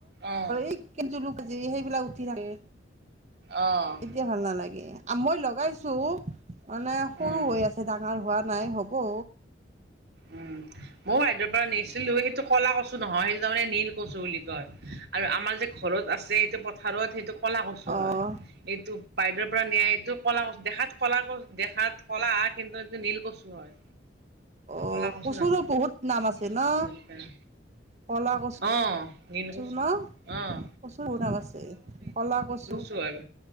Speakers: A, on the right (about 60°); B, on the right (about 40°).
A: অঁ
B: এই কে জুলি সেইবিলাক উঠি থাকে।
A: অ'।
B: তেতিয়া ভাল নালাগে মই লগাইছো মানে সৰু
A: উম
B: হৈ আছে তাক আমাৰ হোৱা নাই হ'ব।
A: উম ময়ো হাইদেৰ পৰা নিছো। সেইটো কলা কচু নহয় সেইটো তাৰমানে নীল কচু বুলি কয় আৰু আমাৰ যে ঘৰত আছে সটো পথাৰত সেইটো কলা কচু
B: অ
A: হয় এইটো বাইদেউৰ পৰা নিয়া এইটোক কলা কচ দেখাত কলা কচ দেখাত কলা কিন্তু এইটো নীল কচু হয়।
B: অ'
A: ক'লা কচু
B: কচুৰো বহুত নাম আছে
A: নহয়
B: ন। কলা কচু
A: অঁ নীল
B: কছু
A: কচু
B: ন
A: অঁ
B: কচু শুন ক আছে কলা কচু।
A: শ হয়।